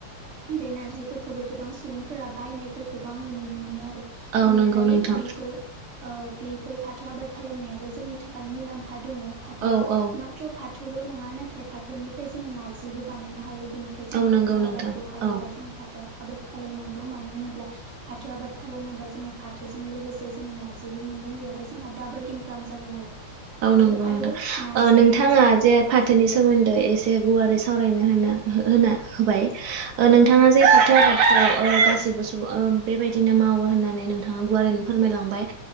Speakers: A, on the right (about 45°); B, on the right (about 85°).
A: बे नारजिफोरखौबो गोबां सुबुंफोरा बायनायफोरखौबो आङो नुनो मोनो आरो।
B: औ
A: बिनिखाय
B: नंगौ नोंथां
A: बेफोर ओ बेफोर फाथो आबाद खालामनायाबो जोंनि थाखाय मुलाम्फा दङ फाथोआ
B: औ औ
A: माथ्र' फाथ थोल' नङा नाथाय फाथोनिफ्राय जोङो नारजिबो बानायनो हायोब बिनिखाय जोङो
B: औ नंगौ
A: फाथो
B: नोंथां
A: आबादखौ हायोबा
B: औ
A: जोङो फाथो आबाद खालामनांगौ मानो होनोब्ला फाथ थो आबाद खालामोबा जोङो फाथोजों लोगोसे जोङो नारजिबो मोनगोन बेवहाय जोंहा दाबोल इनकाम जागोन आरो।
B: औ
A: फाथो
B: नंगौ नोंथां
A: आरो नारजिखौबो
B: ओ नोंथाङा
A: जोङो
B: जे फाथोनि सोमोन्दै एसे गुवारै सावरायनो होनो हो-होना होबाय ओ नोंथाङा
A: औ
B: जे फाथो ‌आबाद खो ओ गासैबो सुबुं बेबायदिनो मावो होननानै नोंथाङा गुवारैनो फोरमायलांबाय।